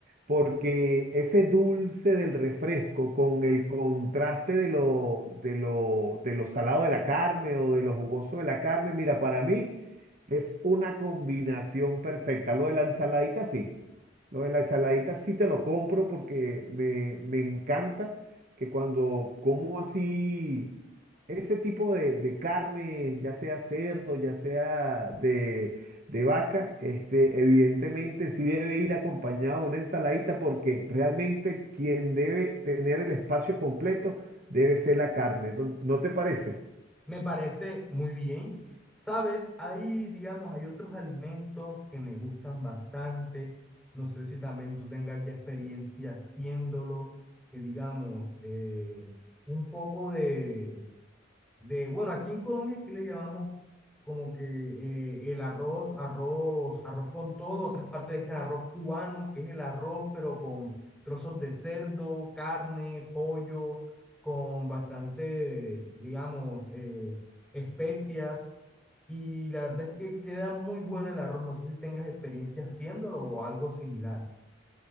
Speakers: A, on the right; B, in the centre.
A: porque ese dulce del refresco con el contraste de lo, de lo, de lo salado de la carne o de lo jugoso de la carne, mira, para mí es una combinación perfecta. Lo de la ensaladita sí, lo de la ensaladita sí te lo compro porque me, me encanta que cuando como así... Ese tipo de, de carne, ya sea cerdo, ya sea de, de vaca, este, evidentemente sí debe ir acompañado de una ensaladita porque realmente quien debe tener el espacio completo debe ser la carne. Entonces, ¿No te parece?
B: Me parece muy bien. Sabes, ahí, digamos, hay otros alimentos que me gustan bastante. No sé si también tú tengas ya experiencia haciéndolo, que digamos, eh, un poco de, de, bueno, aquí en Colombia aquí le llamamos como que eh, el arroz, arroz, arroz con todo, otras partes le dicen arroz cubano, que es el arroz pero con trozos de cerdo, carne, pollo, con bastantes, digamos, eh, especias. Y la verdad es que queda muy bueno el arroz. No sé si tengas experiencia haciéndolo o algo similar.